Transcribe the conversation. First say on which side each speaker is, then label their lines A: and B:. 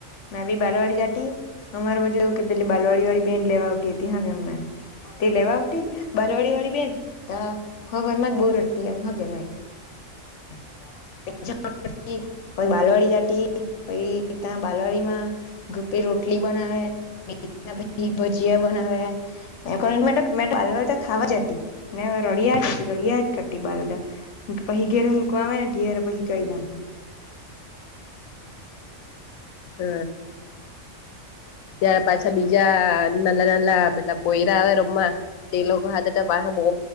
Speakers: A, on the left; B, on the left.
A: મેં ભી બાલવાડી જાતી અમારા પાછું એવું કે પેલી બાલવાડી વાળી બેન લેવા આવતી હતી હા કે અમને તે લેવા આવટી બાલવાડી વાળી બેન હા હવારમાં જ બો રટતી એમ હ કે મે <unintelligible> પછી બાલવાડી જાતી પહી ત્યાં બાલવાડી માં કપી રોટલી બનાવે ને પછી ભજીયા બનાવે એમ કરી તો મે વારંવાર ત્યાં ખાવા જતી ને રડી રળીયાજ કરતી રળિયાજ કરતી બાલતા પહી ઘેરે મૂકવા આવે ને ત્યારે પહી કઈને
B: ત ત્યાં પાછા બીજા નાના નાના પેલા પોયરા આવે રમવા તે લોકો હાથે તો પાહુ બો